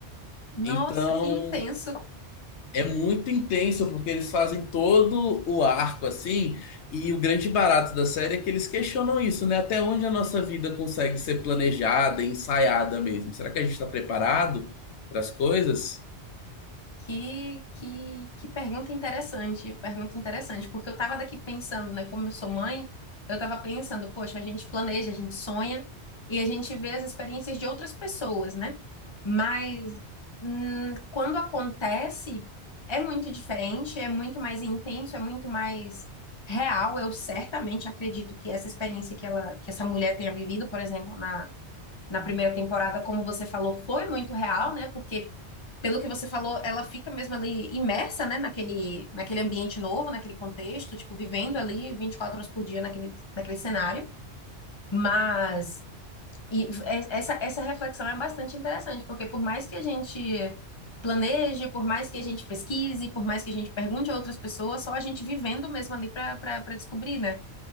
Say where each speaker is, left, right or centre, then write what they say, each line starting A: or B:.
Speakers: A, on the left (about 25°); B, on the left (about 75°).
A: nossa,
B: Então
A: que intenso.
B: é muito intenso porque eles fazem todo o arco assim, e o grande barato da série é que eles questionam isso, né? Até onde a nossa vida consegue ser planejada, ensaiada mesmo? Será que a gente está preparado para as coisas?
A: Que, que, que pergunta interessante, pergunta interessante, porque eu tava daqui pensando, né? Como eu sou mãe, eu tava pensando, poxa, a gente planeja, a gente sonha e a gente vê as experiências de outras pessoas, né? Mas hum, quando acontece, é muito diferente, é muito mais intenso, é muito mais real. Eu certamente acredito que essa experiência que ela, que essa mulher tenha vivido, por exemplo, na na primeira temporada, como você falou, foi muito real, né? Porque, pelo que você falou, ela fica mesmo ali imersa, né? Naquele, naquele ambiente novo, naquele contexto, tipo, vivendo ali 24 horas por dia naquele, naquele cenário. Mas e é, essa, essa reflexão é bastante interessante, porque por mais que a gente planeje, por mais que a gente pesquise, por mais que a gente pergunte a outras pessoas, só a gente vivendo mesmo ali para descobrir, né?